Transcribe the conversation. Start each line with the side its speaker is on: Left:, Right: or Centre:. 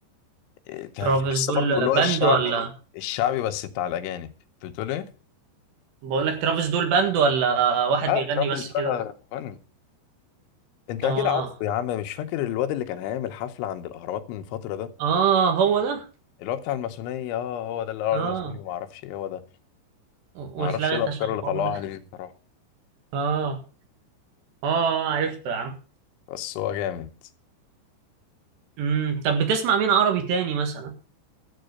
Left: إيه،
Right: ترافيس
Left: تحس
Right: دول
Left: برضو اللي هو
Right: باند
Left: الشعبي
Right: ولا
Left: الشعبي بس بتاع الأجانب بتقول إيه؟
Right: بقول لك ترافيس دول باند ولا واحد
Left: لا
Right: بيغني
Left: ترافيس
Right: بس كده
Left: ده مغني أنت
Right: اه
Left: أكيد عارفه يا عم مش فاكر الواد اللي كان هيعمل حفلة عند الأهرامات من فترة ده
Right: اه هو ده
Left: اللي هو بتاع الماسونية اه هو ده اللي قال عليه
Right: اه
Left: ماسوني وما أعرفش إيه هو ده
Right: و-
Left: ما
Right: واتلغت
Left: أعرفش إيه الأفكار
Right: عشان الحوار
Left: اللي طلعوها
Right: ده
Left: عليه دي بصراحة
Right: اه اه عرفته يا عم
Left: بس هو جامد
Right: امم طب بتسمع مين عربي تاني مثلا